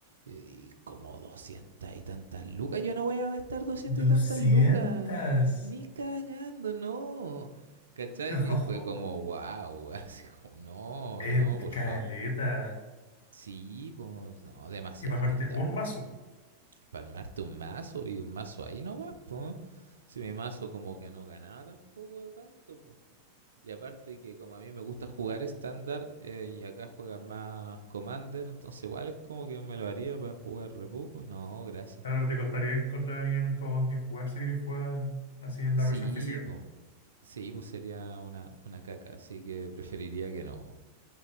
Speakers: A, on the right (about 70°); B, on the left (about 65°).
A: y como 200 y tantas lucas, yo no voy a gastar doscientas
B: 200.
A: y tantas lucas, ni cagando, no. ¿Cachai?
B: <laughs>
A: Y fue como, wow, <laughs> así como, no,
B: Es
A: no, por
B: caleta.
A: favor. Sí, pues no, demasiada
B: Y para armarte
A: plata.
B: un
A: po.
B: mazo.
A: Para armarte un mazo y un mazo ahí nomás, pues. Si mi mazo como que no ganaba tampoco tanto, pues. Y aparte que como a mí me gusta jugar estándar eh, y acá juegan más Commander, entonces igual es como que me lo haría para jugar re poco. No, gracias.
B: Claro, te costaría encontrar a alguien con quien jugar si querés jugar así en
A: Sí,
B: la versión física,
A: pues. Sí, pues sería una, una caca, así que preferiría que no.